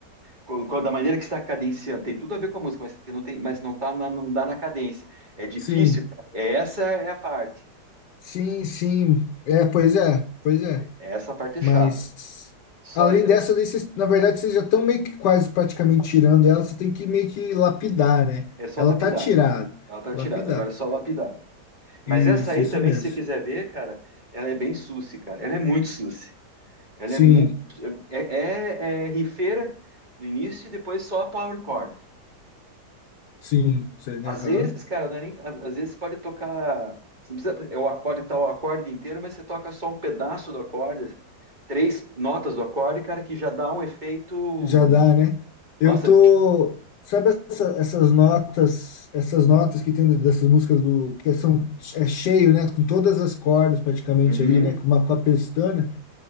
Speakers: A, on the right; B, on the left.
A: com, com- da maneira que está cadenciando, tem tudo a ver com a música, mas que não tem, mas não tá na, não dá na cadência. É difícil,
B: Sim.
A: cara. É, essa é é a parte.
B: Sim, sim. É, pois é, pois é.
A: Essa parte é
B: Mas
A: chata. Só,
B: além
A: é,
B: dessa, daí vocês, na verdade, vocês já estão meio que quase praticamente tirando ela, você tem que meio que lapidar, né?
A: é só
B: Ela
A: lapidar.
B: tá tirada.
A: Ela tá
B: Lapidar.
A: tirada, agora é só lapidar. Mas
B: Isso,
A: essa aí
B: isso
A: também,
B: mesmo.
A: se você quiser ver, cara, ela é bem suci, cara. Ela é muito suci. Ela
B: Sim,
A: é muito. É, é, é rifeira no início e depois só a power chord.
B: sim, sim,
A: Às
B: aham.
A: vezes, cara, não é nem. Às vezes pode tocar. Você não precisa, é o- pode estar o acorde inteiro, mas você toca só um pedaço do acorde, três notas do acorde, cara, que já dá um efeito.
B: Já dá, né? Eu
A: Nossa,
B: tô. Sabe essa- essas notas, essas notas que tem dessas músicas do que são é cheio, né? Com todas as cordas praticamente
A: uhum,
B: ali, né? Com uma com a pestana.